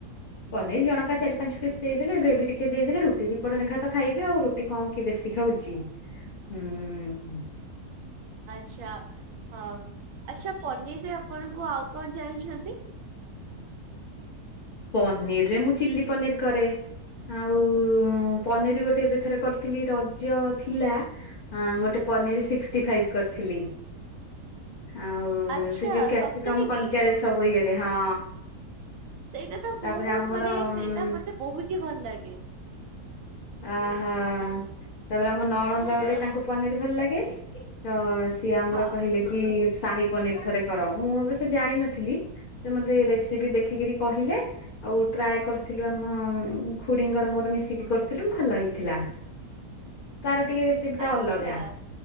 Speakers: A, on the left; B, on the right.
A: ପନିର୍ ଜଣକା ଚାରି ପାଞ୍ଚ ପିସ୍ ଦେଇଦେଲେ ଗ୍ରେଭି ଟିକେ ଦେଇଦେଲେ ରୁଟି ଦିପଟ ନେଖାତ ଖା ଖାଇବେ ଆଉ ରୁଟି କଣ କିଏ ବେଶୀ ଖାଉଛି ହୁଁ।
B: ଆଚ୍ଛା ହଁ ଆଚ୍ଛା ପନିର୍ ରେ ଆପଣଙ୍କୁ ଆଉ କଣ ଜାଣିଛନ୍ତି?
A: ହୁଁ। ପନିର୍ ରେ ମୁଁ ଚିଲ୍ଲୀ ପନିର୍ କରେ। ଆଉ ପନିର୍ ଗୋଟେ ଏବେ ଥରେ କରିଥିଲି ରଜ ଥିଲା। ହଁ ଗୋଟେ ପନିର୍ ସିସ୍କିଷ୍ଟି ଫାଇଭ୍ କରିଥିଲି। ଆଉ
B: ଆଚ୍ଛା
A: ସେ ଯୋଉ କ୍ୟାପ୍ସିକମ
B: ସତରେ
A: କଞ୍ଚାରେ
B: କି?
A: ସବୁ ଇଏରେ ହଁ।
B: ସେଇଟା ତ
A: ତାପରେ
B: ବହୁତ
A: ଆମର
B: ମାନେ
A: ଉଁ
B: ସେଇଟା ମୋତେ ବହୁତ ହି ଭଲ ଲାଗେ।
A: ଓହୋ ତାପରେ ଆମ ନଣନ୍ଦ ଗୋଟେ ତାଙ୍କୁ ପନିର୍ ଭଲ ଲାଗେ। ତ ସିଏ ଆମର
B: ହଁ
A: କହିଲେ କି ସାହି ପନିର୍ ଥରେ କର। ମୁଁ ଅବଶ୍ଯ ଜାଣିନଥିଲି ସେ ମୋତେ ରେସିପି
B: ହୁଁ
A: ଦେଖିକିରି କହିଲେ। ଆଉ ଟ୍ରାଏ କରିଥିଲୁ ଆମ ଉଁ, ଖୁଡିଙ୍କର ମୋର ମିଶିକି କରିଥିଲୁ ଭଲ ହେଇଥିଲା। ତାର ଟିକେ ରେସିପି ଟା
B: ଆଚ୍ଛା
A: ଅଲଗା।